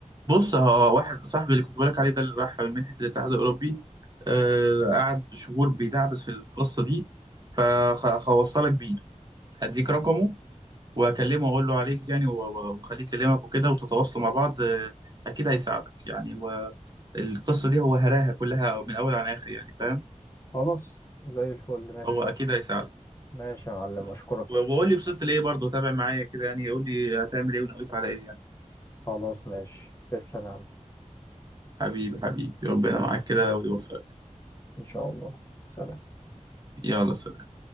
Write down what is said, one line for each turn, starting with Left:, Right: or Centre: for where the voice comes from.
Right: بص هو واحد صاحبي اللي كنت بقولك عليه ده اللي راح منحه الاتحاد الاوروبي آه قعد شهور بيدعبس في القصه دي فخوصلك بيه هديك رقمه واكلمه واقول له عليك يعني و- و- واخليه يكلمك وكده وتتواصلوا مع بعض آه، اكيد هيساعدك يعني والقصه دي هو هراها كلها من اول عن اخر يعني فاهم
Left: خلاص زي الفل ماشي
Right: هو اكيد هيساعدك
Left: ماشي يا معلم
Right: بس
Left: أشكرك
Right: و- وقول لي وصلت لايه برضه تابع معايا كده يعني قول لي هتعمل ايه ونويت على ايه يعني
Left: خلاص ماشي تسلم يا عم
Right: حبيبي حبيبي ربنا
Left: سلام.
Right: معاك كده ويوفقك
Left: إن شاء الله سلام
Right: يلا سلام